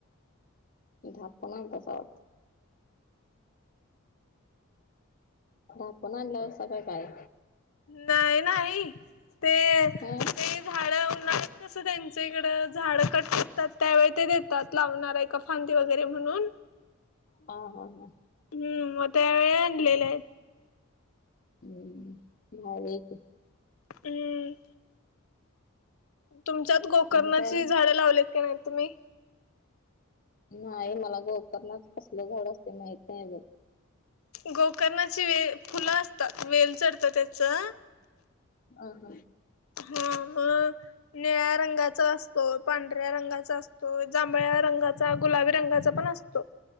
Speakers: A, on the left; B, on the left.
A: ढापून आणतासा वाटत ढापून आणलायसा का काय
B: नाई नाही ते झाड
A: ह
B: उन्हाळ्यात कसं त्यांच्या इकड झाडं कट तर त्यावेळी ते देतात लावणार आहे का फांदी वगैरे म्हणून
A: हा हा हा
B: हम्म मग त्या वेळी आणलेल्या आहेत
A: हम्म भारी आहे की
B: हम्म तुमच्यात गोकर्णाची
A: आणि काय
B: झाडे लावल्यात काय नाही तुम्ही
A: नाही मला गोकर्णच कसलं झाड असतय माहित नाही अजून
B: गोकर्णाची वे फुलं असतात वेल चढतं त्याचं
A: अ ह
B: हा मग निळ्या रंगाचा असतो पांढऱ्या रंगाचा असतो जांभळ्या रंगाचा गुलाबी रंगाचा पण असतो